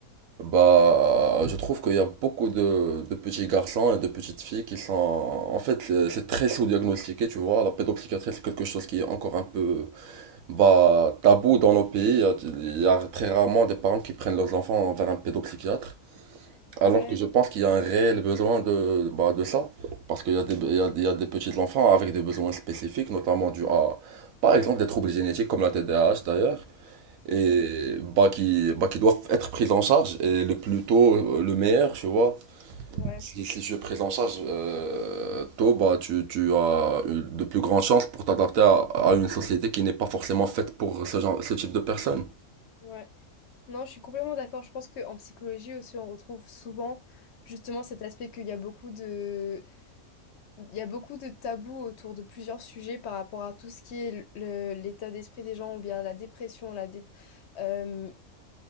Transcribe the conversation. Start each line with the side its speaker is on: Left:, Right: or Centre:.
Right: Bah, je trouve qu'il y a beaucoup de, de petits garçons et de petites filles qui sont... En fait, c'est c'est très sous-diagnostiqué, tu vois. La pédopsychiatrie, c'est quelque chose qui est encore un peu bah, tabou dans nos pays. Il y a, il y a très rarement des parents qui prennent leurs enfants vers un pédopsychiatre.
Left: ouais,
Right: Alors que je pense qu'il y a un réel besoin de, bah, de ça. Parce qu'il y a des, il y a, il y a des petits enfants avec des besoins spécifiques, notamment dû à, par exemple, des troubles génétiques comme la TDAH d'ailleurs et
Left: mhm,
Right: bah qui bah qui doivent être prises en charge et le plus tôt euh, le meilleur tu vois
Left: ouais,
Right: si si tu es prise en charge euh, tôt bah tu tu as une- de plus grandes chances pour t'adapter à, à une société qui n'est pas forcément faite pour ce genre ce type de personnes
Left: ouais. Non, je suis complètement d'accord. Je pense qu'en psychologie aussi, on retrouve souvent justement cet aspect qu'il y a beaucoup de, il y a beaucoup de tabous autour de plusieurs sujets par rapport à tout ce qui est le- l'état d'esprit des gens ou bien la dépression, la dé- euh,